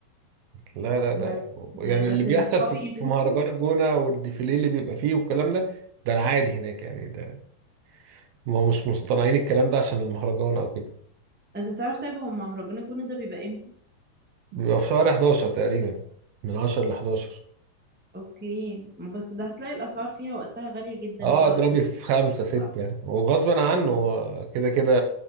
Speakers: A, on the right; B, in the centre.
A: لا لا
B: بس
A: ده يعني
B: بس
A: اللي بيحصل
B: ان اصحابي
A: في في
B: يروحوا
A: مهرجان الجونة والديفيليه اللي بيبقى فيه والكلام ده ده العادي هناك يعني ده ما مش مصطنعين الكلام ده عشان المهرجان او كده
B: انت تعرف طيب هو مهرجان الجونة ده بيبقى امتى
A: بيبقى في شهر 11 تقريبا من 10 ل 11
B: اوكي ما بس ده هتلاقي الاسعار فيها وقتها غالية جدا
A: اه
B: وده
A: اضربي
B: وقت ما
A: في خمسة ستة
B: بيبقى صعب
A: وغصبا عنه هو كده كده